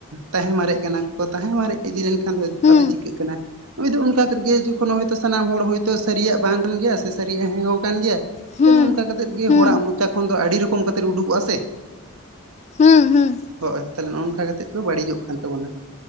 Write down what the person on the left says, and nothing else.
ᱦᱩᱸ
ᱦᱩᱸ
ᱦᱩᱸ
ᱦᱩᱸ ᱦᱩᱸ